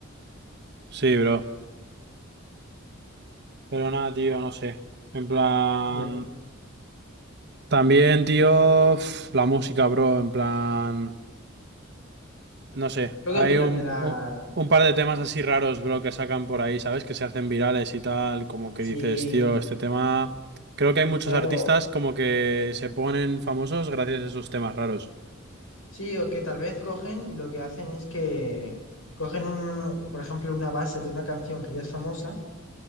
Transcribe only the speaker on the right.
Sí, bro. Pero nada, tío, no sé. En plan...
También, tío, uf, la música, bro. En plan... No sé.
Hay
un,
un, un par de temas así raros, bro, que sacan por ahí, ¿sabes? Que se hacen virales y tal. Como que
dices, tío, este tema... Creo que hay muchos
artistas como que se ponen famosos gracias a esos temas raros.